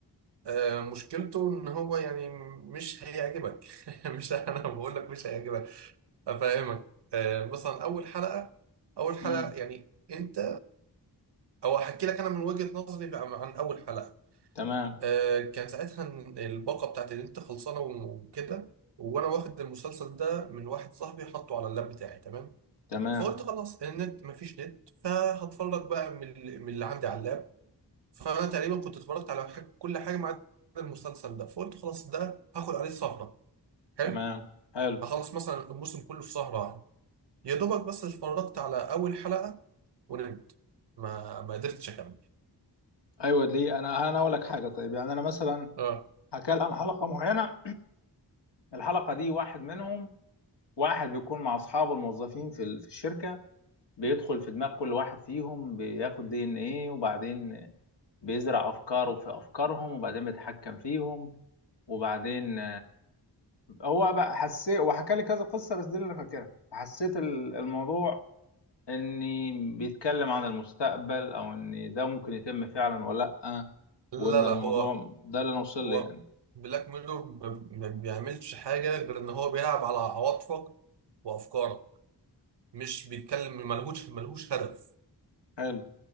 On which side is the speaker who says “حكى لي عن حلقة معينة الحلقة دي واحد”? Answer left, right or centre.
Left